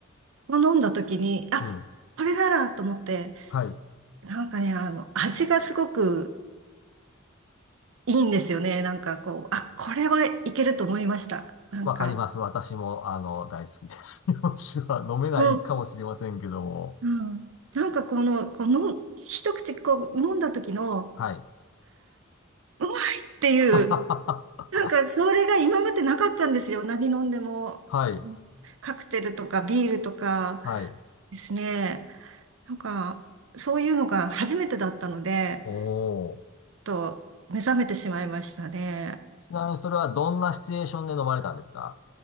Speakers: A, on the right; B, on the left.
A: を飲んだ時に、あ、
B: うん、
A: これならと思って、
B: はい。
A: なんかね、あの、味がすごくいいんですよね。なんかこう、あ、これはいけると思いました。なんか、
B: わかります。私も、あの、大好きです。<laughs> 日本酒は飲めないかもしれませんけども。
A: うん、うん。なんかこの、この、一口こう飲んだ時の、
B: はい。
A: うまいっていう、
B: <laughs>
A: なんかそれが今までなかったんですよ。何飲んでも、
B: はい、
A: そのカクテルとかビールとか
B: はい。
A: ですね。なんか、そういうのが初めてだったので、
B: おー。
A: ちょっと目覚めてしまいましたね。
B: ちなみにそれはどんなシチュエーションで飲まれたんですか